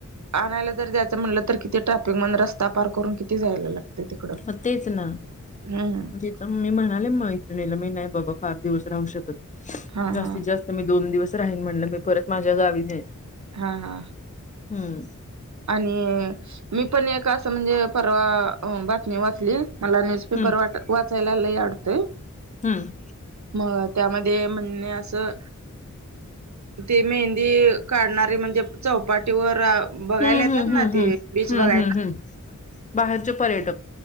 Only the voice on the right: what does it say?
आणायला जर जायचं म्हटलं तर किती ट्रॅफिक मण रस्ता पार करून किती जायला लागतं तिकडं.
हम् ह
हा
हा
हा हा
आणि मी पण एक असं म्हणजे परवा बातमी वाचली. मला न्यूजपेपर
वाट वाचायला लय आवडतय.
मग त्यामध्ये म्हणणे असं ते मेहंदी काढणारे म्हणजे चौपाटीवर बघायला
येतात
ना ते
बीच
बघायला